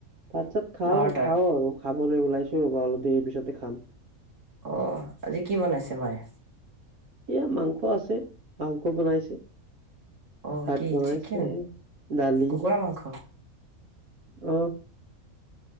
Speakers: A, on the right; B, on the right.
A: তাৰপিছত খাও
B: বাৰটাৰ
A: খাওঁ আৰু খাবলৈ ওলাইছো ৰ'বা অলপ দেৰি পিছতে খাম
B: অ আজি কি বনাইছে মায়ে
A: এয়া মাংস আছে মাংস বনাইছে
B: অ
A: ভাত
B: কি
A: বনাইছে
B: চিকেন
A: দালি
B: কুকুৰা মাংস
A: আহ